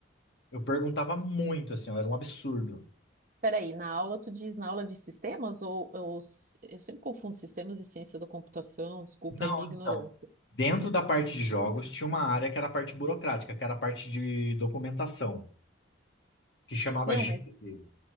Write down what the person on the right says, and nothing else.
Peraí, na aula tu diz na aula de sistemas ou, ou s- eu sempre confundo sistemas e ciência da computação, desculpa
aí minha ignorância.
Não,
mas,